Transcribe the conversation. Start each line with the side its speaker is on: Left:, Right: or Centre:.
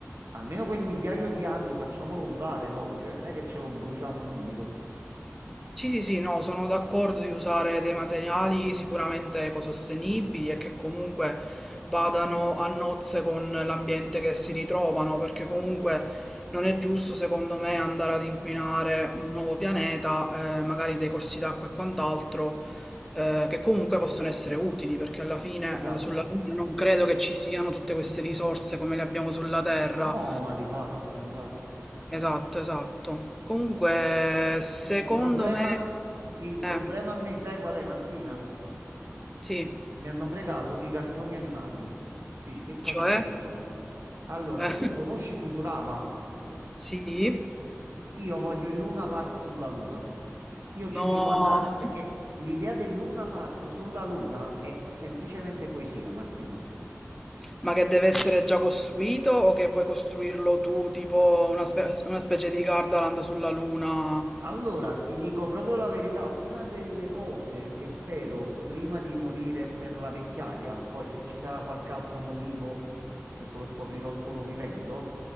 Right: Almeno quel migliaio di anni facciamolo durare dopo, cioè non è che ce lo bruciamo subito.
Centre: Sì, sì, sì, no, sono d'accordo di usare dei materiali sicuramente ecosostenibili e che comunque vadano a nozze con l'ambiente che si ritrovano, perché comunque non è giusto, secondo me, andare ad inquinare un nuovo pianeta, eh, magari dei corsi d'acqua e quant'altro, eh, che comunque possono essere utili, perché alla fine,
Right: Esatto.
Centre: eh, sulla Luna non credo che ci siano tutte queste risorse come le abbiamo sulla Terra.
Right: No, ma di fatti, ma di fatti.
Centre: Esatto, esatto. Comunque, secondo
Right: Il problema,
Centre: me...
Right: il
Centre: eh.
Right: problema a me, sai qual è, Martina?
Centre: Sì,
Right: Mi hanno fregato i cartoni animati. Dici, che cosa
Centre: cioè?
Right: c'entrano? Allora,
Centre: Eh,
Right: tu conosci Futurama?
Centre: <laughs> sì?
Right: Io voglio il Luna Park sulla Luna. Io
Centre: No,
Right: ci devo andare perché l'idea del Luna Park sulla Luna è semplicemente poesia, Martina.
Centre: ma che deve essere già costruito o che vuoi costruirlo tu, tipo una, spe- una specie di Gardaland sulla Luna?
Right: Allora, ti dico proprio la verità, una delle cose che spero prima di morire per la vecchiaia, poi se ci sarà qualche altro motivo, questo lo scoprirò solo vivendo,